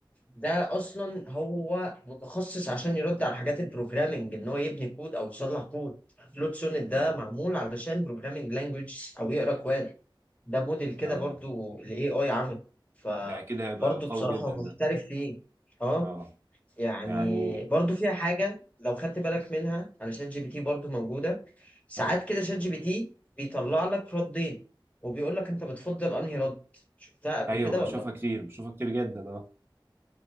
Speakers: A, on the left; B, on the right.
A: ده اصلا هو متخصص عشان يرد على حاجات البروجرامينج ان هو يبني كود او يصلح كود كلود سونيت ده
B: مم.
A: معمول علشان بروجرامينج لانجويج او يقرا كواد ده موديل كده
B: آه
A: برضو الاي اي عمله فبرضو
B: ده أكيد هيبقى قوي
A: بصراحة
B: جدا
A: هو
B: ده
A: محترف فيه اه
B: آه
A: يعني
B: يعني
A: برضو فيها حاجة لو خدت بالك منها على شات جي بي تي برضو موجودة ساعات
B: آه.
A: كده شات جي بي تي بيطلع لك ردين وبيقول لك انت بتفضل انهي رد شفتها قبل
B: ايوه
A: كده
B: بشوفها
A: ولا
B: كتير بشوفها كتير جدا اه